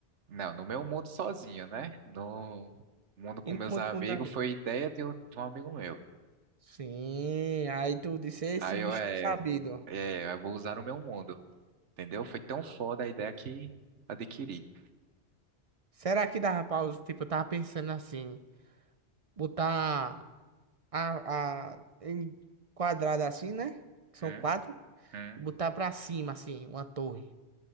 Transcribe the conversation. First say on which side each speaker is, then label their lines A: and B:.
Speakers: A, on the right; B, on the right.
A: Não, no meu mundo sozinho, né? No mundo com
B: E no
A: meus
B: mundo
A: amigos
B: com os amigos.
A: foi ideia de, outro- de um amigo meu.
B: Sim, aí tu disse, esse
A: Aí
B: bicho
A: eu, é,
B: é sabido.
A: é, eu vou usar no meu mundo, entendeu? Foi tão foda a ideia que adquiri.
B: Será que dá, pausa? Tipo, eu tava pensando assim, botar a, a em quadrada assim, né? Que são
A: Hum,
B: quatro.
A: hum.
B: Botar pra cima, assim, uma torre.